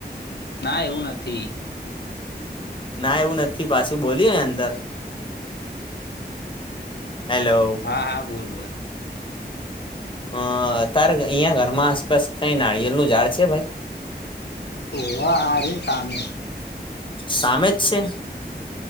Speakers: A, on the left; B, on the left.
A: ના એવું નથી
B: ના એવું નથી પાછું બોલ્યું ને અંદર હેલો
A: હા હા બોલ બોલ
B: અ તારે અહિયાં ઘરમાં આસપાસ કઈ નારિયેલ નું ઝાડ છે ભાઈ
A: હોવ આર્યું ને સામે
B: સામે જ છે?